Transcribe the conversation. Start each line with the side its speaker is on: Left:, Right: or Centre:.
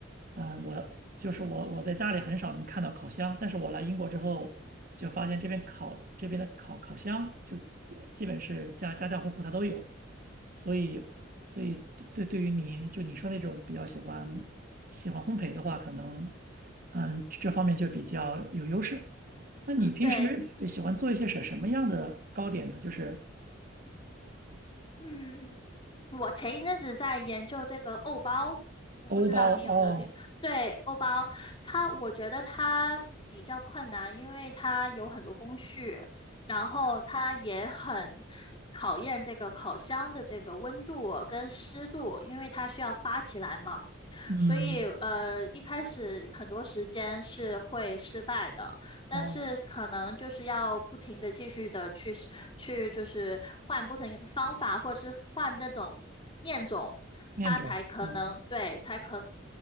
Right: 嗯，我就是我我在家里很少能看到烤箱，但是我来英国之后就发现这边烤这边的烤烤箱就基基本是家家家户户它都有，所以所以对对对于你就你说那种比较喜欢喜欢烘焙的话，可能嗯这这方面就比较有优势。那你平时对喜欢做一些什什么样的糕点呢？
Left: 对，
Right: 就是
Left: 嗯，我前一阵子在研究这个欧包，我不知道您有没有听？
Right: 欧包哦，
Left: 对，欧包，它我觉得它比较困难，因为它有很多工序，然后它也很考验这个烤箱的这个温度跟湿度，因为它需要发起来嘛。
Right: 嗯
Left: 所以，呃，一开始很多时间是会失败的，但是可能就是要不停的继续的去试去，
Right: 哦
Left: 就是换不同的方法，或者是换那种面种，
Right: 面种，
Left: 它才可能对，
Right: 嗯。
Left: 才可